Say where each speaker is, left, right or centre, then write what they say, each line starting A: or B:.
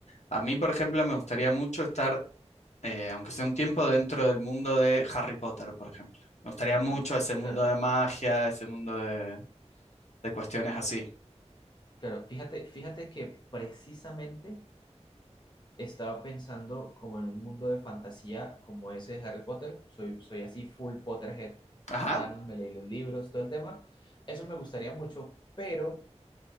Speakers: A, on the left; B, on the left.
A: A mí, por ejemplo, me gustaría mucho estar, eh, aunque sea un tiempo, dentro del mundo de Harry Potter, por ejemplo. Me gustaría
B: ajá,
A: mucho ese mundo
B: claro,
A: de magia, ese mundo de, de cuestiones así.
B: claro. Fíjate, fíjate que precisamente Estaba pensando como en un mundo de fantasía como ese de Harry Potter. Soy, soy así full Potterhead
A: Ajá,
B: fan, me leí los libros, todo el tema. Eso me gustaría mucho, pero